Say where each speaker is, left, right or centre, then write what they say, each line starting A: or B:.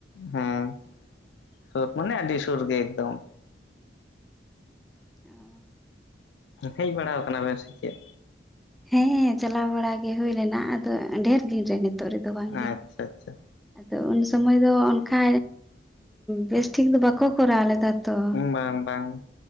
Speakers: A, on the left (about 80°); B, in the centre.
A: ᱦᱮᱸ ᱥᱩᱨ ᱢᱟᱱᱮ ᱟᱹᱰᱤ ᱥᱩᱨ ᱜᱮ ᱮᱜᱽᱫᱚᱢ
B: ᱚᱸ
A: ᱦᱮᱡ ᱵᱟᱲᱟᱣ ᱠᱟᱱᱟ ᱵᱮᱱ ᱥᱮ ᱪᱮᱫ?
B: ᱦᱮᱸ ᱪᱟᱞᱟᱣ ᱵᱟᱲᱟ ᱜᱮ ᱦᱩᱭ ᱞᱮᱱᱟ ᱟᱫᱚ ᱰᱷᱮᱨ ᱫᱤᱱ ᱨᱮ ᱱᱤᱛᱚᱜ ᱨᱮᱫᱚ ᱵᱟᱝ
A: ᱟᱪᱪᱷᱟ
B: ᱜᱮ
A: ᱟᱪᱪᱷᱟ
B: ᱟᱫᱚ ᱩᱱ ᱥᱚᱢᱚᱭ ᱫᱚ ᱚᱱᱠᱟ ᱵᱮᱥ ᱴᱷᱤᱠ ᱫᱚ ᱵᱟᱠᱚ ᱠᱚᱨᱟᱣ ᱞᱮᱫᱟ ᱛᱚ
A: ᱵᱟᱝ ᱵᱟᱝ